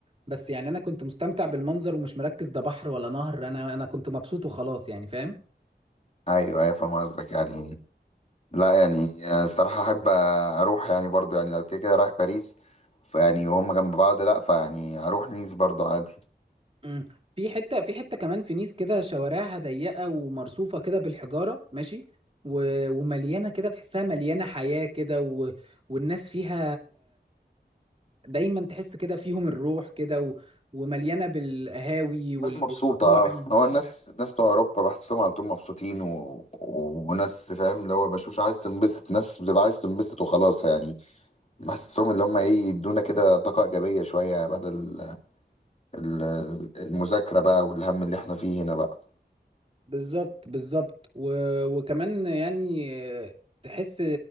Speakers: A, on the right; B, on the left.
A: بس يعني انا كنت مستمتع بالمنظر ومش مركز ده بحر ولا نهر انا انا كنت مبسوط وخلاص يعني فاهم
B: ايوه ايوه فاهم قصدك يعني لا يعني آه، الصراحة أحب أروح يعني برضو يعني لو كده كده رايح باريس فيعني وهم جنب بعض لا فيعني أروح نيس برضو عادي
A: مم. في حته في حته كمان في نيس كده شوارعها ضيقه ومرصوفه كده بالحجاره ماشي و... ومليانه كده تحسها مليانه حياه كده و... والناس فيها دايما تحس كده فيهم الروح كده و... ومليانه بالقهاوي وال-
B: الناس مبسوطة
A: والمطاعم
B: هو الناس ناس بتوع أوروبا بحسهم على طول مبسوطين و... و... وناس فاهم اللي هو بشوش عايز تنبسط ناس بتبقى عايز تنبسط وخلاص يعني بحسهم اللي هم إيه يدونا كده طاقة إيجابية شوية يعني بدل ال- المذاكرة بقى والهم اللي إحنا فيه هنا بقى
A: بالظبط بالظبط و... وكمان يعني آه، تحس